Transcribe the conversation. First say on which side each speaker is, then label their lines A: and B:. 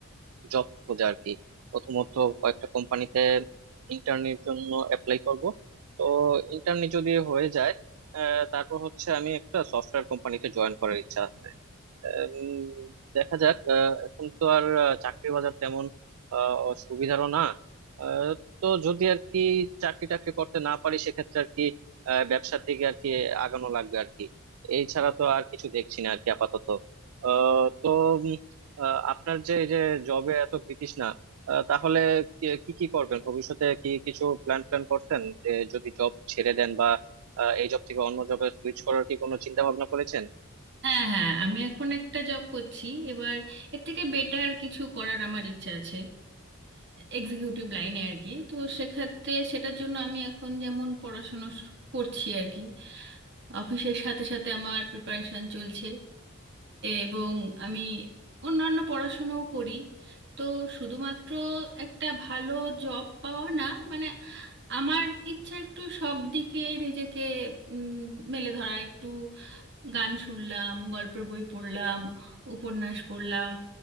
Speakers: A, on the right; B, on the right.
A: জব খোঁজা আর কি প্রথমত কয়েকটা কোম্পানিতে ইন্টার্নির জন্য অ্যাপ্লাই করব তো ইন্টার্নি যদি হয়ে যায় আহ, তারপর হচ্ছে আমি একটা সফটওয়্যার কোম্পানিতে জয়েন করার ইচ্ছা উম, দেখা যাক আহ, এখন তো আর আহ, চাকরির বাজার তেমন আহ, সুবিধারও না আহ, তো যদি আর কি চাকরি টাকরি করতে না পারি সেক্ষেত্রে আর কি আহ, ব্যবসার দিকে আর কি আগানো লাগবে আর কি এই ছাড়া তো আর কিছু দেখছি না আর কি আপাতত আহ, তো উম, আহ, আপনার যে এই যে জবে এত বিতৃষ্ণা আহ, তাহলে কি কি কি করবেন ভবিষ্যতে কি কিছু প্ল্যান প্ল্যান করছেন যে যদি জব ছেড়ে দেন বা আহ, এই জব থেকে অন্য জবে সুইচ করার কি কোনো চিন্তা ভাবনা করেছেন
B: হ্যাঁ হ্যাঁ আমি এখন একটা জব করছি এবার এর থেকে বেটার কিছু করার আমার ইচ্ছা আছে এক্সিকিউটিভ লাইনে আর কি তো সেক্ষেত্রে সেটার জন্য আমি এখন যেমন পড়াশুনো শ- করছি আর কি অফিসের সাথে সাথে আমার প্রিপারেশন চলছে এবং আমি অন্যান্য পড়াশোনাও করি তো শুধুমাত্র একটা ভালো জব পাওয়া না মানে আমার ইচ্ছা একটু সব দিকে নিজেকে উম, মেলে ধরা একটু গান শুনলাম গল্পের বই পড়লাম উপন্যাস পড়লাম